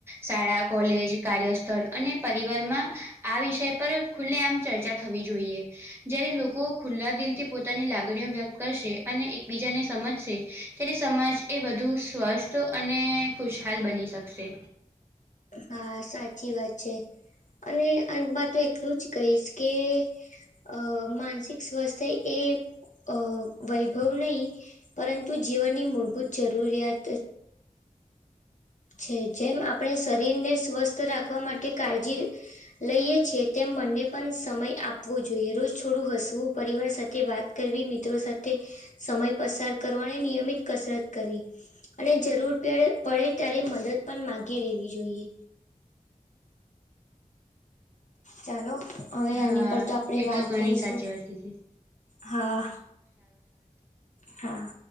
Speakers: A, on the right (about 15°); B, on the left (about 60°).
A: શાળા કોલેજ કાર્યસ્થળ અને પરિવારમાં આ વિષય પર ખુલ્લે આમ ચર્ચા થવી જોઈએ જયારે લોકો ખુલ્લા દિલ થી પોતાની લાગણીઓ વ્યક્ત કરશે અને એકબીજાને સમજશે ત્યારે સમાજ એ બધુ સ્વસ્થ અને ખુશહાલ બની શકશે.
B: હા સાચી વાત છે અને અંત મા તો એટલું જ કહીશ કે અ માનસિક સ્વાસ્થ્ય એ અ વૈભવ નહીં પરંતુ જીવનની મૂળભૂત જરૂરિયાત છે જેમ આપણે શરીર ને સ્વસ્થ રાખવા માટે કાળજી લઈએ છે તેમ મનને પણ સમય આપવો જોઈએ રોજ છોડું હસવું પરિવાર સાથે વાત કરવી મિત્રો સાથે સમય પસાર કરવા અને નિયમિત કસરત કરવી. અને જરૂર પે પડે ત્યારે મદદ પણ માગી લેવી જોઈએ. ચાલો હવે આની
A: હા
B: પર તો આપણેે
A: એ
B: વાત
A: તો ઘણી
B: કરીશું
A: સાચી વાત કીધી
B: હા હા.